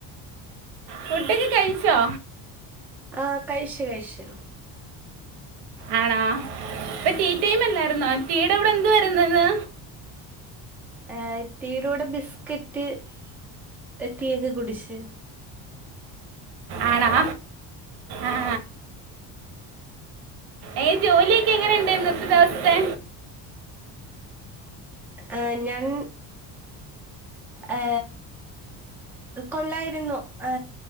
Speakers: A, on the right; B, in the centre.
A: ഫുഡൊക്കെ കഴിച്ചോ
B: ആ കയ്ശു കയ്ശു
A: ആണോ ഇപ്പൊ ടി ടൈം അല്ലായിരുന്നോ ടി യുടെ കൂടെ എന്തുവായ്ര്ന്നു ന്ന്
B: ഏ ടി യുടെ കൂടെ ബിസ്കറ്റ് എക്കയ്ത് കുടിച്ച്
A: ആണോ ആ ഏ ജോലിയെക്കെ എങ്ങനെയുണ്ടേയ്രുന്നു ഇന്നത്തെ ദിവസത്തെ
B: ആ ഞാൻ ആ കൊള്ളായിരുന്നു ഏ